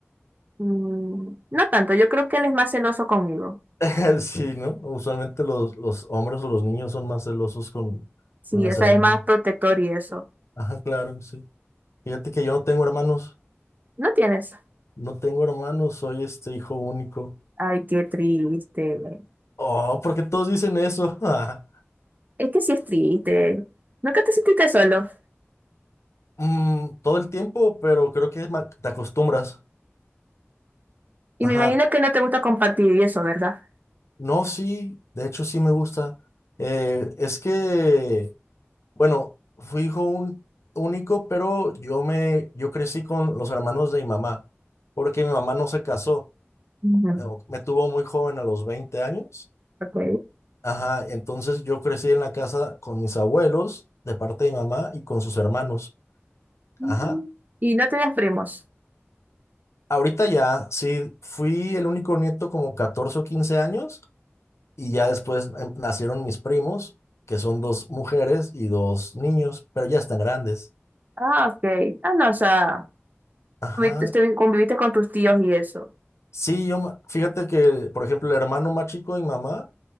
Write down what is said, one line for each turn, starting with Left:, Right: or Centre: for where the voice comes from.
Right: Mm, no tanto, yo creo que él es más celoso conmigo.
Left: <laughs> Sí, ¿no? Usualmente los, los hombres o los niños son más celosos con,
Right: Sí,
Left: con las
Right: o sea,
Left: hermanas.
Right: es más protector y eso.
Left: Ajá, claro, sí. Fíjate que yo no tengo hermanos.
Right: No tienes.
Left: No tengo hermanos, soy este hijo único.
Right: Ay, qué triste.
Left: Oh, porque todos dicen eso. <laughs>
Right: Es que sí es triste. Nunca te sentiste solo.
Left: Mm, todo el tiempo, pero creo que ma- te acostumbras.
Right: Y
Left: Ajá,
Right: me imagino que no te gusta compartir y eso, ¿verdad?
Left: No, sí, de hecho sí me gusta. Eh, es que, bueno, fui hijo un- único, pero yo me, yo crecí con los hermanos de mi mamá, porque mi mamá no se casó,
Right: Ujú,
Left: eh, me tuvo muy joven a los 20 años.
Right: ok.
Left: Ajá, entonces yo crecí en la casa con mis abuelos, de parte de mi mamá, y con sus hermanos.
Right: Mm.
Left: Ajá.
Right: Y no tenías primos.
Left: Ahorita ya, sí, fui el único nieto como catorce o quince años, Y ya después em, nacieron mis primos, que son dos mujeres y dos niños, pero ya están grandes.
Right: Ah, ok. Ah, no, o sea,
Left: Ajá.
Right: conviviste, estuvi- conviviste con tus tíos y eso.
Left: Sí, yo, ma- fíjate que, por ejemplo, el hermano más chico de mi mamá,